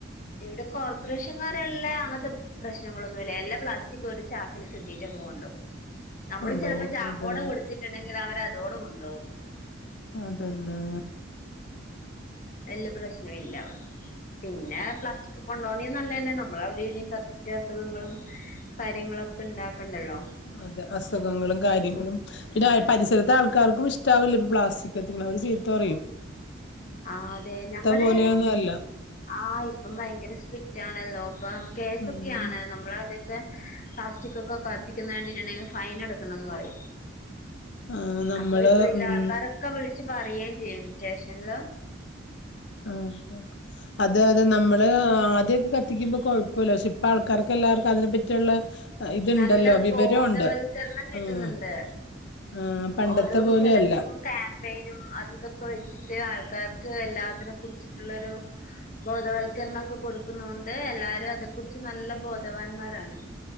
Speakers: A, on the left; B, on the left.
A: ഇവിടെ കോർപ്പറേഷൻകാരല്ലേ അങ്ങനത്തെ. പ്രശ്നങ്ങളൊന്നുമല്ല എല്ലാ പ്ലാസ്റ്റിക് ഒരു ച ആാക്കൽ കിട്ടിട്ട് അങ് കൊണ്ടോ. നമ്മള്
B: കൊണ്ടോവും
A: ചിലപ്പോ ചാക്കോടെ
B: അതെ
A: കൊടുത്തിട്ടുണ്ടെങ്കിൽ അവര് അതോടെ കൊണ്ട്പോകും.
B: അതന്നെ.
A: വല്ല പ്രശ്നവും ഇല്ല അവള് പിന്നെ പ്ലാസ്റ്റിക് കൊണ്ടോന്നിയ നല്ലതന്നെ നമ്മൾ അവിടെടെയും കത്തി ത് അസുഖങ്ങളും കാര്യങ്ങളൊക്കെ ഉണ്ടാക്കണ്ടല്ലോ.
B: അതെ അസുഖങ്ങളും കാര്യങ്ങളും. പിന്നെ പരിസരത്ത് ആൾക്കാർക്കും ഇഷ്ടവില്ല പ്ലാസ്റ്റിക് കത്തിക്കുന്നത് അവര് ചീത്തപറയും
A: ആ അതെ ഞങ്ങള്.
B: പോലെയൊന്നും അല്ല
A: ആ ഇപ്പം ഭയങ്കര സ്ട്രിക്റ്റ് ആണല്ലോ അപ്പൊ കേസൊക്കെ
B: ഉം
A: ആണ് നമ്മൾ അവിടെയൊക്കെ പ്ലാസ്റ്റിക് ഒക്കെ കത്തിക്കുന്ന കണ്ടിട്ടുണ്ടെങ്കിൽ ഫൈൻ എടുക്കണം എന്ന് പറയും
B: ആഹ് നമ്മള്
A: അപ്പറ ഇപ്പറ ഇല്ല
B: ഉം
A: ആൾക്കാരൊക്കെ വിളിച്ച് പറയുകയും ചെയ്യും സ്റ്റേഷനില്.
B: ആഹ. അത് അതെ നമ്മള് ആദ്യൊക്കെ കത്തിക്കുമ്പോ കൊഴപ്പില്ല പക്ഷെ ഇപ്പ ആൾക്കാർക്ക് എല്ലാവർക്കും അതിനെ പറ്റിയുള്ള ഇതുണ്ടല്ലോ
A: നല്ല
B: വിവരൊണ്ട്
A: ബോധവൽക്കരണം കിട്ടുന്നുണ്ട്
B: ആഹ് ആഹ് പണ്ടത്തെ
A: ഓരോ
B: പോലെയല്ല
A: സ്ഥലത്തും ക്യാമ്പയിനും അത് ഇതൊക്കെ വെച്ചിട്ട് ആൾക്കാർക്ക് എല്ലാത്തിനെ കുറിച്ചിട്ടുള്ളൊരു. ബോധവൽക്കരണംൊക്കെ കൊടുക്കുന്ന കൊണ്ട് എല്ലാരും അതെക്കുറിച്ച് നല്ല ബോധവാന്മാരാണ്.